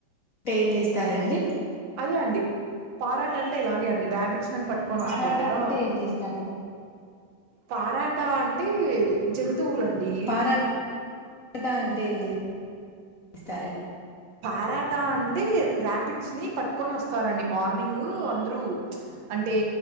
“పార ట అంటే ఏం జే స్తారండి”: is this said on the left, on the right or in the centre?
Left